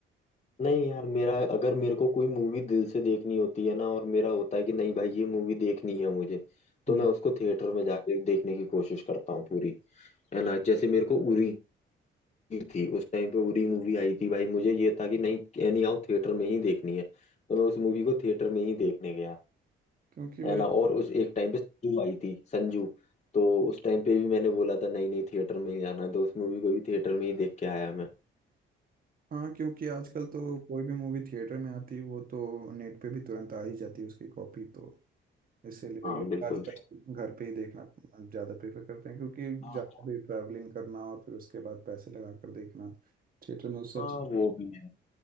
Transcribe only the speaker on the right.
हम्म,
क्योंकि वही
हाँ क्योंकि आजकल तो कोई भी मूवी थिएटर में आती है वो तो नेट पे भी तुरंत आ ही जाती है उसकी कॉपी तो इसीलिए
लोग
आजकल घर पे ही देखना ज़्यादा प्रेफर करते हैं क्योंकि
ज़्यादा
भी ट्रैवलिंग करना और फिर उसके बाद पैसे लगा कर देखना थिएटर में उससे
अच्छी